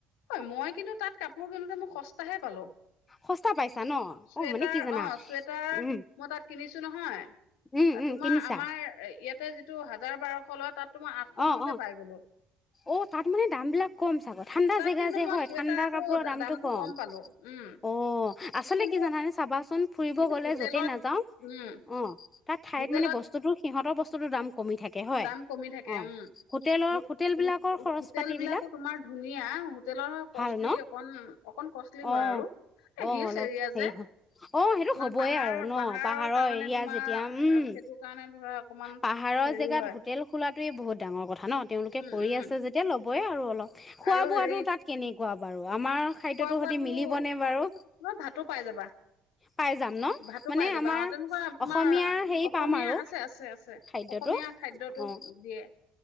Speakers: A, on the left; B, on the left.
A: ঐ মই কিন্তু তাত কাপোৰ কিনোতে মই সচতাহে পালো
B: সস্তা পাইছা ন
A: চুৱেটাৰ
B: অ মানে কি জানা
A: অ চুৱেটাৰ
B: উম
A: মই তাত কিনিছো নহয়
B: উম উম
A: তোমাৰ
B: কিনিছা
A: আমাৰ ইয়াতে যিটো হাজাৰ বাৰশ ফ'ল তাত তোমাৰ আঠশ
B: অ
A: মানতে
B: অ
A: পাই গলো
B: অ তাত মানে দাম বিলাক কম চাব ঠাণ্ডা
A: তাত
B: জেগা
A: কিন্তু
B: যে
A: মই
B: হয়
A: চুৱেটাৰটো
B: ঠাণ্ডা কাপোৰৰ দামটো কম
A: পালো উম
B: অ আচলতে
A: কিন্তু
B: কি জানানে চাবাচোন ফুৰিব
A: কিন্তু
B: গ'লে
A: হোটেলত
B: য'তে নাযাওঁ
A: উম
B: অ তাত ঠাইত
A: হোটেলত
B: মানে বস্তুটো সিহঁতৰ বস্তটো দাম কমি থাকে হয়
A: দাম কমি উম
B: অ হোটেলৰ হোটেল বিলাকৰ
A: হো
B: খৰচ
A: হোটেল
B: পাতিবিলাক
A: বিলাকো তোমাৰ ধুনীয়া হোটেলৰ কষ্টলি
B: ভাল ন
A: অকন অকন কষ্টলি হয়
B: অ
A: আৰু এ
B: অ
A: হিলচ
B: অলপ
A: এৰিয়া
B: হেৰি
A: যে
B: হয় অ সেইটো
A: মানে
B: হ'বই
A: পাহাৰ
B: আৰু ন
A: পাহাৰৰ কাৰণে
B: এৰিয়া
A: তোমাৰ
B: যেতিয়া উম
A: সেইটো কাৰণে ধৰা অকমান
B: পাহাৰৰ
A: হেৰিও
B: জেগাত
A: হয়
B: হোটেল খোলাটোৱে বহুত ডাঙৰ কথা কথা ন তেওঁলোকে
A: উম
B: কৰি
A: উম
B: আছে যেতিয়া ল'ব হয় আৰু অলপ খোৱা
A: আৰু
B: বোৱাটো
A: হেৰি
B: তাত কেনেকে কোৱা বাৰু আমাৰ খাদ্যটো
A: খোৱা বোৱা
B: সৈতে
A: টো
B: মিলিবনে বাৰু
A: তোমাৰ ভাতো পাই যাবা
B: পাই যাম ন
A: ভাতো
B: মানে
A: পাই যাবা
B: আমাৰ
A: অ তেনেকুৱা
B: অসমীয়া
A: তোমাৰ
B: হেৰি
A: অসমীয়া
B: পাম আৰু
A: আছে আছে আছে
B: খাদ্যটো
A: অসমীয়া খাদ্যত
B: অ
A: টো দিয়ে